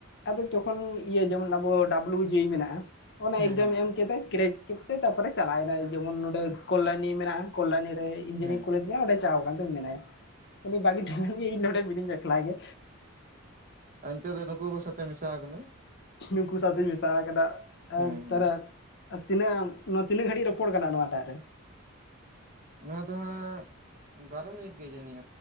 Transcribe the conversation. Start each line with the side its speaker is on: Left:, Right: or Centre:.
Left: ᱟᱫᱚ ᱛᱚᱠᱷᱚᱱ ᱤᱭᱟᱹ ᱡᱮᱢᱚᱱ ᱟᱵᱚ ᱰᱟᱵᱽᱞᱩ ᱡᱮ ᱤ ᱢᱮᱱᱟᱜᱼᱟ ᱚᱱᱟ
Right: ᱦᱮᱸ
Left: ᱮᱠᱡᱟᱢ
Right: ᱦᱮᱸ ᱦᱮᱸ
Left: ᱮᱢ ᱠᱟᱛᱮᱫ ᱠᱨᱮᱠ ᱠᱮᱫ ᱛᱮ ᱛᱟᱨᱯᱚᱨᱮ ᱪᱟᱞᱟᱣᱱᱟ ᱡᱮᱢᱚᱱ ᱱᱚᱸᱰᱮ ᱠᱚᱞᱞᱟᱱᱤ ᱢᱮᱱᱟᱜᱼᱟ ᱠᱚᱞᱞᱟᱱᱤ ᱤᱧᱡᱤᱱᱤᱭᱟᱨᱤᱝ
Right: ᱦᱮᱸ
Left: ᱠᱚᱞᱮᱡᱽ ᱢᱮ ᱚᱸᱰᱮ ᱪᱟᱣ ᱟᱠᱟᱱ ᱛᱚ ᱢᱮᱱᱟᱭᱟ ᱩᱱᱤ ᱵᱟᱹᱜᱤ ᱴᱷᱮᱱ ᱜᱮ ᱤᱧ ᱱᱚᱰᱮ ᱢᱤᱱᱤᱧ-ᱟ ᱮᱠᱞᱟ ᱜᱮ
Right: ᱟᱱᱛᱮ ᱫᱚ ᱱᱩᱠᱩ ᱠᱚ ᱥᱚᱛᱮ ᱢᱮᱥᱟᱣᱟᱠᱟᱱᱟᱭ
Left: ᱱᱩᱠᱩ ᱥᱟᱶᱛᱤᱧ ᱢᱮᱥᱟ ᱠᱟᱫᱟ
Right: ᱦᱮᱸ
Left: ᱮᱸᱜ
Right: ᱦᱮᱸ
Left: ᱯᱟᱨᱟ ᱛᱤᱱᱟᱹᱝ ᱱᱚᱣᱟ ᱛᱤᱱᱟᱹᱜ ᱜᱷᱟᱹᱲᱤᱡ ᱨᱚᱯᱚᱲ ᱠᱟᱱᱟ ᱱᱚᱣᱟ ᱴᱟᱜ ᱨᱮ
Right: ᱱᱚᱶᱟ ᱫᱚ ᱦᱟᱸᱜ ᱵᱟᱨᱳ ᱢᱤᱱᱤᱴ ᱜᱮ ᱡᱟᱱᱤᱡ